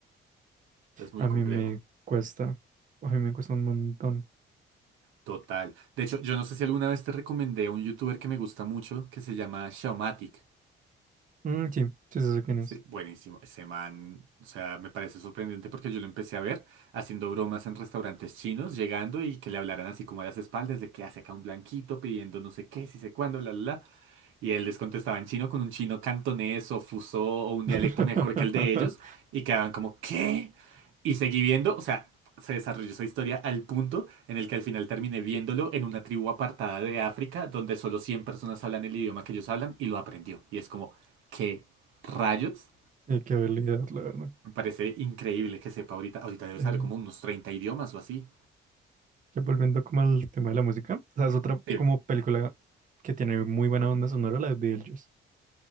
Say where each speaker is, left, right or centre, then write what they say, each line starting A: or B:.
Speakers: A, on the right; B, on the right.
A: es muy
B: A
A: complejo.
B: mí me cuesta. A mí me cuesta un montón.
A: Total. De hecho, yo no sé si alguna vez te recomendé a un youtuber que me gusta mucho, que se llama Xiaomatic.
B: Mm, sí, sí, sí sé quién es.
A: Sí, buenísimo. Ese man, o sea, me parece sorprendente porque yo lo empecé a ver haciendo bromas en restaurantes chinos, llegando y que le hablaran así como a las espaldas de que hace acá un blanquito pidiendo no sé qué, si sé cuándo, la, la, la. Y él les contestaba en chino con un chino cantonés o fuso o un
B: <laughs>
A: dialecto mejor que el de ellos. Y quedaban como, ¿qué? Y seguí viendo, o sea, se desarrolló esa historia al punto en el que al final terminé viéndolo en una tribu apartada de África donde solo 100 personas hablan el idioma que ellos hablan y lo aprendió. Y es como, ¿qué rayos?
B: Sí, qué habilidad, la verdad.
A: Me parece increíble que sepa ahorita. Ahorita debe
B: Eh,
A: saber como unos 30 idiomas o así.
B: Ya volviendo como al tema de la música, o sea, es otra
A: Sí.
B: como película que tiene muy buena onda sonora, la de Beetlejuice.